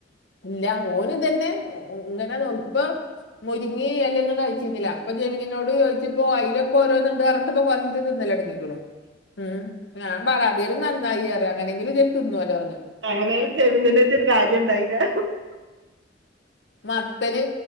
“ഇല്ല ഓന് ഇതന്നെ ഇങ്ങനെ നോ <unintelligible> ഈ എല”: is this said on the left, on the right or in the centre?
Left